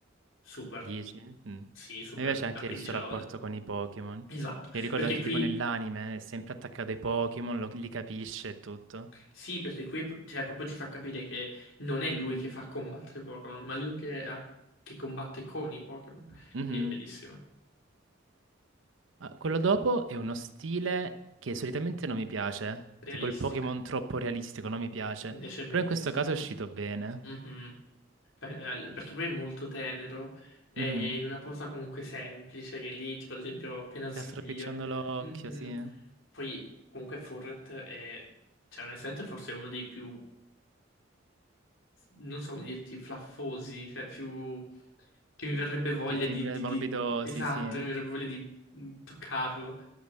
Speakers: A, on the left (about 85°); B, on the right (about 80°).
A: super.
B: 10? Mm.
A: Sì, super.
B: A me piace anche
A: Anche
B: il
A: 10
B: suo rapporto
A: lode.
B: con i Pokémon.
A: Esatto,
B: Mi ricordo
A: perché
B: anche
A: qui
B: tipo nell'anime, è sempre attaccato ai Pokémon, lo- li capisce e tutto.
A: Sì, perché qui è pro- cioè, proprio ti fa capire che non è lui che fa combattere Pokémon, ma lui che, ha- che combatte con i Pokémon.
B: Mhm.
A: Quindi è bellissimo,
B: Ah, Quello dopo è uno stile che solitamente non mi piace,
A: realistico.
B: tipo il Pokémon troppo realistico, non mi piace,
A: Invece è bellissimo.
B: però in questo caso è uscito bene.
A: Mhm. Per- eh, Perché poi è molto tenero, è
B: Mhm.
A: in una posa comunque semplice, che lì, tipo ad esempio, appena sveglio.
B: Sta stropicciando l'occhio,
A: Mhm.
B: sì.
A: Poi comunque Furret è, cioè onestamente forse è uno dei più non so come dirti, flaffosi, cioè più che mi
B: Mm.
A: verrebbe voglia
B: Che sembra
A: di, di-
B: morbido,
A: di- esatto,
B: sì, sì.
A: che mi
B: <laughs>
A: verrebbe voglia di mm, toccarlo.